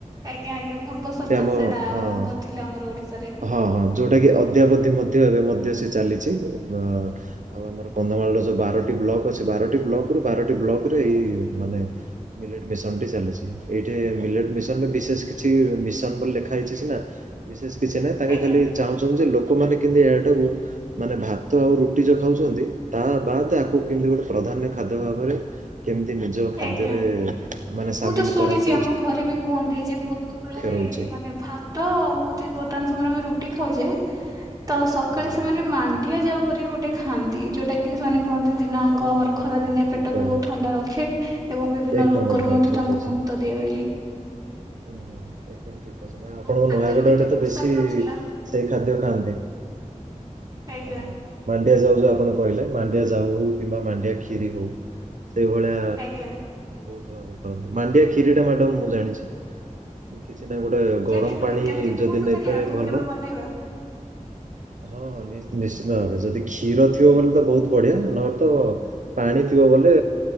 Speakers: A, on the right (about 30°); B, on the right (about 75°).
A: ଆଜ୍ଞା ଆଜ୍ଞା ପୂର୍ବ ସରକାର୍
B: ଆମ
A: ସେଇଟା ଆରମ୍ଭ
B: ହଁ
A: କରିଥିଲେ ଆମର ଓଡିଶାରେ।
B: ହଁ- ହଁ ଯଉଟାକି ଅଦ୍ୟାବଧି ମଧ୍ୟ ଏବେ ମଧ୍ୟ ସେ ଚାଲିଚି ଅଁ- ଆଉ ଆମର କନ୍ଧମାଳର ଯଉ ବାରଟି ବ୍ଲକ୍ ଅଛି ବାରଟି ବ୍ଲକ୍ ରୁ ବାରଟି ବ୍ଲକରେ ଏଇ ମାନେ ମିଲେଟ୍ ମିଶନ୍ ଟି ଚାଲିଚି ଏଇ ଇଏ ମିଲେଟ୍ ମିଶନ୍ ରେ ବିଶେଷ କିଛି ମିଶନ୍ ବୋଲି ଲେଖା ହେଇଚି ସିନା ବିଶେଷ୍ କିଛି ନାହିଁ ତାଙ୍କେ
A: ଆଜ୍ଞା
B: ଖାଲି ଚାହୁଁଚନ୍ତି ଯେ ଲୋକମାନେ କିନ୍ତୁ ଏ ଟାକୁ ମାନେ ଭାତ ଆଉ ରୁଟି ଯୋଉ ଖାଉଛନ୍ତି ତା ବାଦ ଆକୁ କେମିତି ଗୋଟେ ପ୍ରାଧାନ୍ୟ ଖାଦ୍ୟ ଭାବରେ। କେମିତି ନିଜର ଖାଦ୍ୟରେ
A: ଆଜ୍ଞା।
B: ମାନେ
A: ନାଇଁ,
B: ସାମିଲ
A: ମୁଁ ତ ଶୁଣିଛି
B: କରନ୍ତି।
A: ଆମ ଘରେ ବି କୁହନ୍ତି ଯେ ପୂର୍ବ କଳରେ
B: ରହୁଛି।
A: ମାନେ ଭା ତ ଆଉ ହଉଛି ବର୍ତ୍ତମାନ ସମୟରେ ଆମେ ରୁଟି ଖାଉଛେ ତ ସକାଳେ
B: ହଁ ହଁ
A: ସେମାନେ
B: ହଁ।
A: ମାଣ୍ଡିଆ ଯାଉ। କରିକି ଗୋଟେ ଖାଆନ୍ତି ଯୋଉଟା କି ସେମାନେ କୁହନ୍ତି ଦିନ ଯାଙ୍କ
B: ହଁ
A: ଆମର
B: ହଁ ହଁ
A: ଖରା
B: ହଁ
A: ଦିନେ
B: ଠିକ୍
A: ପେଟକୁ
B: କହିଲେ
A: ଥଣ୍ଡା ରଖେ। ଏବଂ ବିଭିନ୍ନ
B: ଏକଦମ
A: ରୋଗରୁ
B: ଏକଦମ
A: ମଧ୍ୟ
B: ଠିକ୍
A: ତାଙ୍କୁ
B: କହିଛନ୍ତି।
A: ମୁକ୍ତ ଦିଏ ବୋଲି।
B: ହୁଁ ହୁଁ ଏକଦମ ଠିକ କହୁଛନ୍ତି ଆଉ ଆପଣଙ୍କ
A: ଖାଦ୍ୟରେ
B: ନୟାଗଡ
A: ବି
B: ଆଡେ
A: ଏତେ
B: ତ
A: ପ୍ରସାର
B: ବେଶୀ।
A: ନଥିଲା
B: ସେଇ ଖାଦ୍ୟ ଖାଆନ୍ତି
A: ଆଜ୍ଞା
B: ହଁ। ମାଣ୍ଡିଆ ଯାଉ ଯୋଉ ଆପଣ କହିଲେ ମାଣ୍ଡିଆ ଯାଉ ହଉ କିମ୍ବା ମାଣ୍ଡିଆ କ୍ଷିରି ହଉ ସେଇଭଳିଆ।
A: ଆଜ୍ଞା।
B: ବହୁତ ଭଲରେ କରନ୍ତି ମାଣ୍ଡିଆ କ୍ଷରି ଟା ମ୍ୟାଡାମ ମୁଁ ଜାଣିଛି। କିଛି ନାହିଁ ଗୋଟେ ଗରମ
A: ଜାଣିଛନ୍ତି
B: ପାଣି
A: କେମିତି
B: ଯଦି
A: କୁହନ୍ତୁ
B: ନେଇପାରିବେ
A: ତାହେଲେ ଆଗକୁ
B: ଭଲ।
A: କେବେ ବନେଇବା
B: ହଁ ହଁ ନିଶ୍ଚିନ୍ତ ଭାବେ ଯଦି କ୍ଷୀର ଥିବ ବୋଲି ତ ବହୁତ ବଢିଆ ନହେଲେ ତ। ପାଣି ଥିବ ବୋଲେ।